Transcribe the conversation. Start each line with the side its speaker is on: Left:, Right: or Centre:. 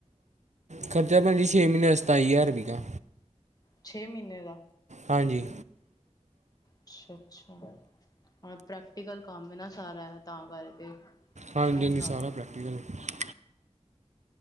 Right: ਖਰਚਾ ਭੈਣਜੀ ਛੇ-ਮਹੀਨੇ ਦਾ, ਸਤਾਈ ਹਜ਼ਾਰ ਰਪਈਆ।
Left: ਛੇ ਮਹੀਨੇ ਦਾ?
Right: ਹਾਂਜੀ।
Left: ਅੱਛਾ-ਅੱਛਾ, ਹਾਂ, ਪ੍ਰੈਕਟੀਕਲ ਕੰਮ ਏ ਨਾ ਸਾਰਾ, ਤਾਂ ਕਰਕੇ।
Right: ਹਾਂਜੀ-ਹਾਂਜੀ,
Left: ਮਹਿੰਗਾ
Right: ਸਾਰਾ
Left: ਵੇ
Right: ਪ੍ਰੈਕਟੀਕਲ ਏ।